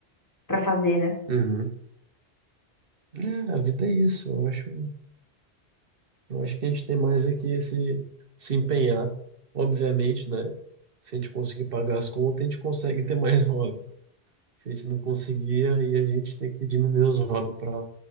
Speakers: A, on the left; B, on the right.
A: para fazer, né?
B: Uhum. É, a vida é isso. Eu acho, eu acho que a gente tem mais aqui esse se empenhar. Obviamente, né? Se a gente conseguir pagar as contas, a gente consegue ter mais <laughs> hobby. Se a gente não conseguir, aí a gente tem que diminuir os hobbies para